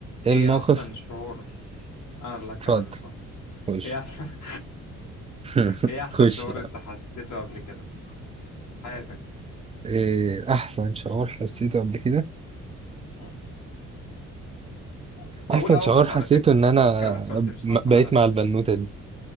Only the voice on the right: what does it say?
ايه
الموقف
اتفضل
خش
<laughs>
خش
يعني
ايه احسن شعور حسيته قبل كده
احسن
شعور حسيته
ان انا
م-
بقيت
مع
البنوتة دي